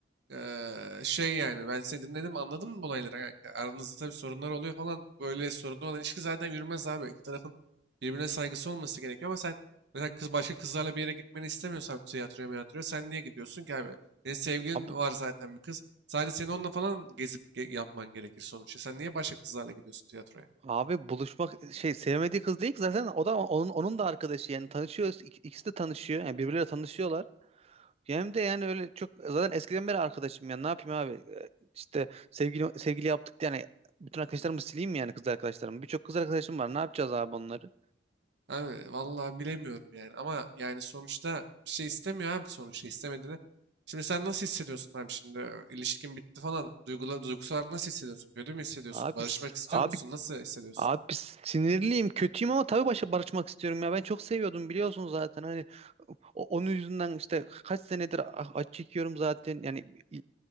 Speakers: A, on the right; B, on the right.
A: Eee, şey yani ben seni dinledim anladım mı olayları kanka? Aranızda tabii sorunlar oluyor falan. Böyle sorunlu olan ilişki zaten yürümez abi. İki tarafın birbirine saygısı olması gerekiyor ama sen mesela kız başka kızlarla bir yere gitmeni istemiyorsan tiyatroya miyatroya sen niye gidiyorsun ki abi? Senin sevgilin
B: Abi
A: var zaten bir kız. Sadece senin onunla falan gezip ge- yapman gerekir sonuçta. Sen niye başka kızlarla gidiyorsun tiyatroya?
B: abi buluşmak şey sevmediği kız değil ki zaten o da onun onun da arkadaşı yani tanışıyoruz. İk- İkisi de tanışıyor. Yani birbirleriyle tanışıyorlar. Hem de yani öyle çok zaten eskiden beri arkadaşım ya ne yapayım abi Ee, işte sevgili sevgili yaptık diye yani bütün arkadaşlarımı sileyim mi yani kız arkadaşlarımı birçok kız arkadaşım var ne yapacağız abi onları
A: Abi vallahi bilemiyorum yani ama yani sonuçta bir şey istemiyor abi sonuçta istemediğini. Şimdi sen nasıl hissediyorsun abi şimdi Ö, ilişkin bitti falan duygula, duygusal olarak nasıl hissediyorsun? Kötü mü hissediyorsun?
B: abi
A: Barışmak
B: s-
A: istiyor
B: abi
A: musun? Nasıl hissediyorsun?
B: Abi sinirliyim, kötüyüm ama tabii başa barışmak istiyorum ya. Ben çok seviyordum biliyorsun zaten. Hani o- onun yüzünden işte kaç senedir a- acı çekiyorum zaten. Yani i-